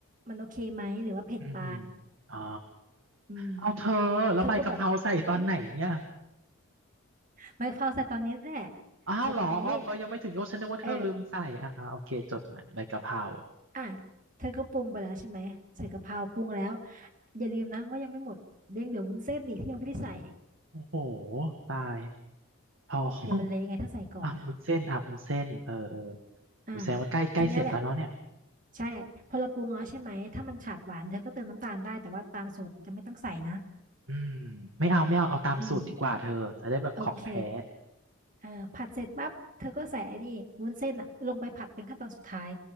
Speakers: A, on the right; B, on the right.
A: มันโอเคไหมหรือว่าเผ็ดไป
B: อืมอืมอ๋อ
A: อืม
B: เอาเธอแล้วใบกะเพราใส่ตอนไหนเนี่ย
A: เธอก็แบบหึไมาเฝ้าใส่ตอนนี้แหละ
B: อ้าวเหรออ๋อเขายังไม่ถึงโอ้ฉันนึกว่าเธอลืมใส่ออ่าโอเคจดหมายใบกะเพรา
A: ใส่ตอนนี้เอออ่ะเธอก็ปรุงไปแล้วใช่ไหมใส่กะเพราปรุงแล้วอย่าลืมนะว่ายังไม่หมดเรื่องเดี๋ยววุ้นเส้นอีกที่ยังไม่ได้ใส่
B: โหตาย <laughs> ท้อง
A: เดี๋ยวมันเละไงถ้าใส่ก่อนอ่ะ
B: อ่ะวุ้นเส้นอ่ะวุ้นเส้นเออเออ
A: อ่า
B: วุ้นเส้นว่าใกล้ใกล้เสร็จแล้วเนาะเนี่ย
A: ทีเนี้ยแหละใช่พอเราปรุงแล้วใช่ไหมถ้ามันขาดหวานเธอก็เติมน้ำตาลได้แต่ว่าตามสูตรจะไม่ต้องใส่นะ
B: อืมไม่เอาไม่เอาเอาตามสูตรดีกว่าเธอจะได้แบบของแท้
A: อืมโอเคเอ่อผัดเสร็จปั๊บเธอก็ใส่ไอ้นี่วุ้นเส้นอ่ะลงไปผัดเป็นขั้นตอนสุดท้าย